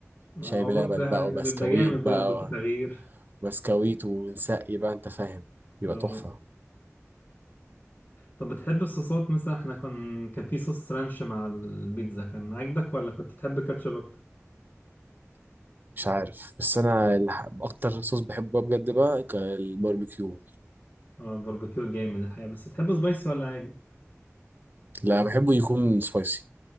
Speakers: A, on the left; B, on the right.
A: آه،
B: شاي بلبن
A: بيبقى
B: بقى وبسكويت
A: بيبقى جامد
B: بقى
A: برضه كتغيير
B: بسكويت ونسقي بقى انت فاهم بيبقى
A: آه.
B: تحفه
A: طب بتحب الصوصات مثلا احنا كان كان في صوص رانش مع البيتزا كان عاجبك ولا كنت تحب كاتشب أكتر؟
B: مش عارف بس انا اللي ح- اكتر صوص بحبه بجد بقى ك- الباربيكيو
A: اه باربيكيو جامد الحقيقة بس تحب سبايسي ولا عادي؟
B: لا بحبه يكون سبايسي